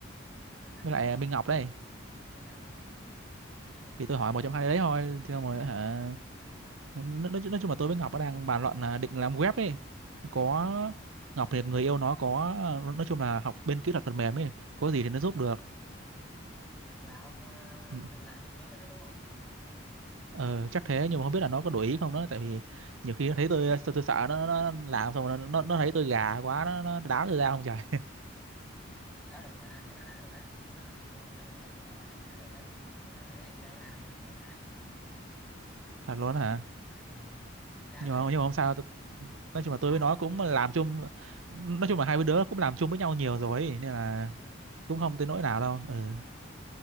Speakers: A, in the centre; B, on the right.
A: Rồi sao
B: Với
A: nữa?
B: lại Minh Ngọc đấy
A: Rồi sao nữa? Ừ. Ông kể đi.
B: thì tôi hỏi một trong hai đấy thôi thì xong rồi hả nói, nói, nói chung là tôi với Ngọc nó đang bàn luận là định làm web ấy Nó có
A: À,
B: Ngọc thì người yêu nó có nói chung là học bên kỹ thuật phần mềm ấy có gì
A: Ừ.
B: thì nó giúp được
A: Là ông ờ,
B: Ừ,
A: định làm chung nhóm với nó đúng không?
B: ờ, chắc thế nhưng mà không biết là nó có đổi ý không đó tại vì nhiều khi nó thấy tôi tôi, tôi sợ nó, nó làm xong rồi nó, nó nó thấy tôi gà quá nó, nó đá tôi ra không trời <laughs>
A: Đó được mà, cái đó đã được á. Cái đó không tôi hỏi bạn tôi bạn tôi bảo là đã, đã được ấy. Nên là ráng ráng làm nhau để đá.
B: thật luôn đó hả
A: Ừ. Đá
B: nhưng
A: cái đấy
B: mà nhưng
A: thì
B: mà không sao tôi, nói chung là
A: sao?
B: tôi với nó cũng làm chung nói chung là hai đứa cũng làm chung với nhau nhiều rồi ấy, nên là
A: À,
B: cũng không tới nỗi nào đâu ừ.